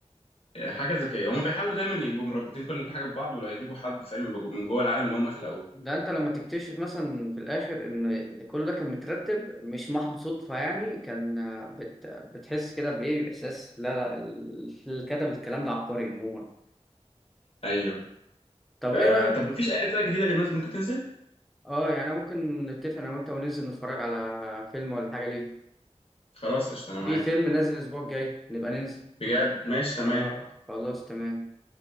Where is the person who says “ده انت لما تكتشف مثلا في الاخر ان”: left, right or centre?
Centre